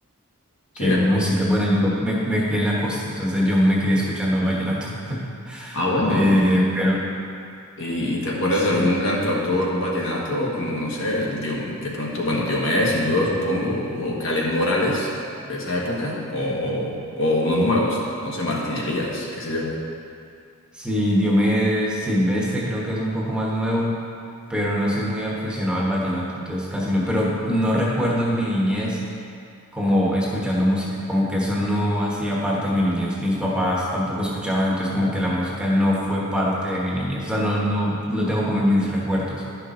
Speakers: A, on the left; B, in the centre.
A: Sí,
B: ¿Qué
A: de
B: música?
A: pronto.
B: Bueno, yo me, me crié en la costa, entonces yo me crié escuchando vallenato. <laughs>
A: Ah, bueno.
B: Eh, pero
A: ¿Y, y te acuerdas
B: sí,
A: de algún cantautor vallenato como, no sé, el Diom- de pronto, bueno, Diomedes, sin duda, supongo, o, o Kaleth Morales de esa época, o, o- o unos nuevos, no sé, Martín Elías, qué sé yo.
B: sí, Diomedes, Silvestre creo que es un poco más nuevo, pero no soy muy aficionado al vallenato, entonces casi no. Pero no recuerdo en mi niñez. como escuchando música, como que eso no hacía parte de mi niñez. Mis papás tampoco escuchaban, entonces como que la música no fue parte de mi niñez. O sea, no, no lo tengo como en mis recuerdos.